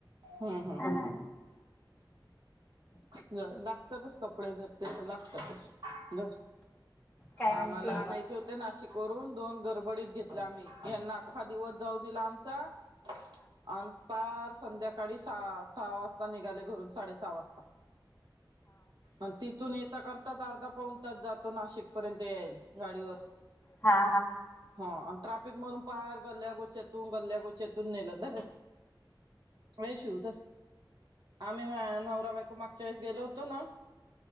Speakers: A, on the right; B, on the left.
A: हम्म हम्म
B: हा
A: हम्म. ज लागतातच कपडे त्या तर लागतातच. धर
B: काय म्हणते
A: आम्हाला आणायचे होते नाशिक वरून दोन गडबडीत घेतल् आम्ही यांना अख्खा दिवस जाऊ दिला आमचा आणि पार संध्याकाळी सहा सहा वाजता निघाले घरून. साडे सहा वाजता. अ तिथून येेत करताच अर्धा पाहणताच जातो नाशिक पर्यंत येल गाडीवर.
B: हा हा हा हा
A: हा ट्राफिक म्हणून पार गल्ल्यागोचतून गल्ल्यागोचतून नेलं. धर रे ए शिव धर. आम्ही नवरा बायको माग गेल होत ना.